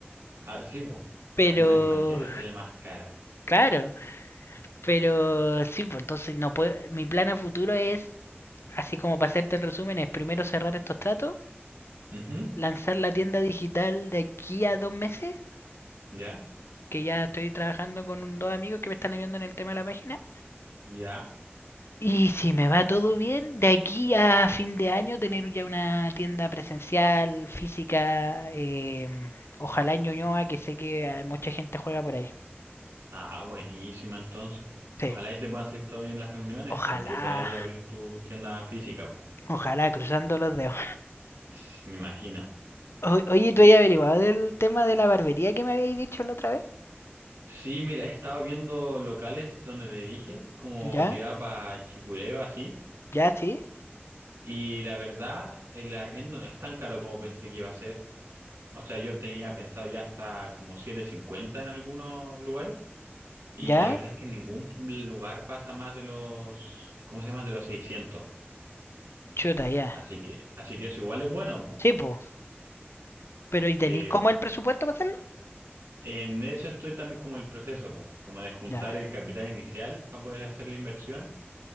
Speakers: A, on the right; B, on the left.
A: Ah, sí, po.
B: Pero,
A: Alguna, imagínate, sale más cara.
B: claro. Pero sí, pues entonces no puedo. Mi plan a futuro es, así como para hacerte el resumen, es primero cerrar estos tratos,
A: Ujú,
B: lanzar la tienda digital de aquí a dos meses,
A: ¿Ya?
B: que ya estoy trabajando con un- dos amigos que me están ayudando en el tema de la página.
A: ¿Ya?
B: Y si me va todo bien, de aquí a fin de año tener ya una tienda presencial, física, em, ojalá en Ñuñoa, que sé que eh, mucha gente juega por ahí.
A: Ah, buenísima entonces, po. Ojalá
B: Sí,
A: y te puedan salir todo bien las reuniones,
B: ojalá,
A: po, y que podáis abrir tu tienda física, po.
B: ojalá, cruzando los dedos.
A: Ts, me imagino.
B: O- oye, ¿tú has averiguado del tema de la barbería que me habéis dicho la otra vez?
A: Sí, mira, he estado viendo locales donde te dije, como
B: ¿Ya?
A: tirado para Chicureo, así.
B: ¿Ya, sí?
A: Y la verdad, el arriendo no es tan caro como pensé que iba a ser. O sea, yo tenía pensado ya hasta como siete cincuenta en algunos lugares. Y
B: ¿Ya?
A: la verdad es que en ningún lugar pasa más de los, ¿cómo se llama? De los seiscientos
B: Chuta, ya.
A: Así que, así que eso igual es bueno, po.
B: Sí, po. Pero ¿y tenéis
A: Que
B: como el presupuesto para hacerlo?
A: en eso estoy también como el proceso, po. Como de juntar
B: Ya.
A: el capital inicial para poder hacer la inversión